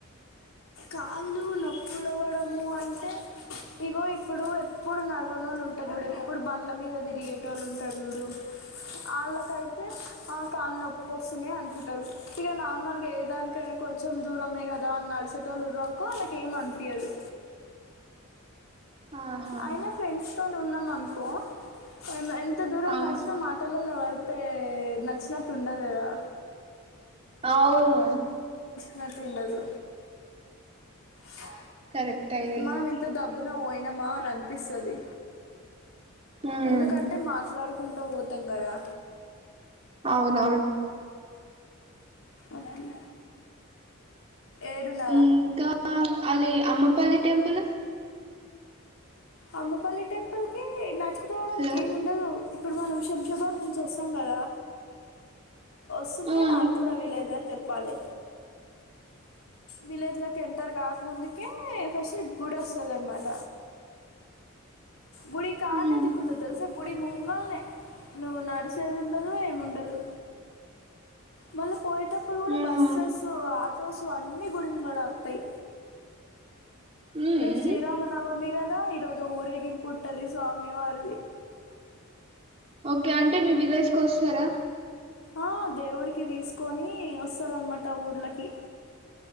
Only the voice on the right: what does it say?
ఆహా
ఆ
అవును
కరెక్ట్ ఇది
ఉమ్
అవునవును
ఇంకా అది అమ్మపల్లి టెంపులు
హలో
ఆ
ఉమ్
ఉమ్
ఆహా
ఉమ్
ఒకే అంటే మీ విలేజ్ కి వస్తరా